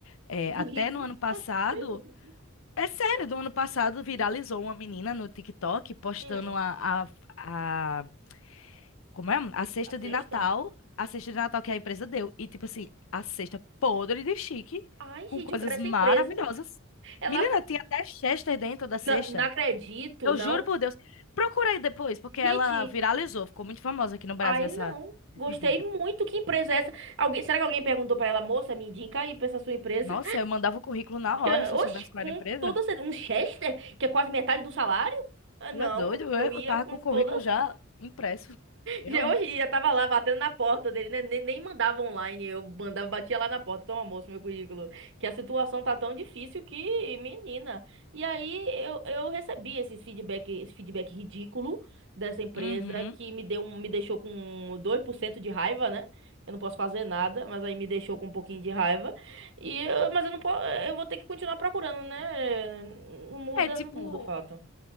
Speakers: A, on the left; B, on the right.
A: É,
B: Do
A: até
B: rico,
A: no ano passado.
B: nossa empresa do rico.
A: É sério, do ano passado viralizou uma menina no TikTok postando
B: Hum,
A: a, a, a, como é? A cesta
B: a sexta?
A: de Natal. A cesta de Natal que a empresa deu. E, tipo assim, a cesta podre de chique,
B: Ai,
A: com
B: gente,
A: coisas
B: eu quero essa
A: maravilhosas.
B: empresa. Ela,
A: Menina, tinha até Chester dentro da
B: não,
A: cesta.
B: não acredito,
A: Eu
B: não.
A: juro por Deus. Procura aí depois, porque
B: Gente,
A: ela viralizou, ficou muito famosa aqui no Brasil
B: ai,
A: essa,
B: não.
A: esse
B: Gostei
A: vídeo.
B: muito. Que empresa é essa? Alguém, será que alguém perguntou pra ela, moça, me indica aí pra essa sua empresa?
A: Nossa, eu mandava o currículo na hora
B: Eu,
A: se eu
B: Oxe,
A: soubesse qual
B: com
A: era a empresa.
B: toda certeza. Um Chester, que é quase metade do salário? Ah,
A: Tu
B: Não,
A: é doido?
B: eu
A: Eu
B: ia
A: eu tava
B: com
A: com o
B: toda
A: currículo já impresso. Eu,
B: Já-
A: hein?
B: Hoje eu tava lá batendo na porta dele, né? Nem, nem mandava online, eu mandava, batia lá na porta, toma moço, meu currículo. Que a situação tá tão difícil que, menina. E aí eu, eu recebi esse feedback, esse feedback ridículo dessa empresa
A: Uhum.
B: que me deu, um- me deixou com 2% de raiva, né? Eu não posso fazer nada, mas aí me deixou com um pouquinho de raiva. E eu- mas eu não posso, eu vou ter que continuar procurando, né? Não muda,
A: É tipo.
B: não muda o fato.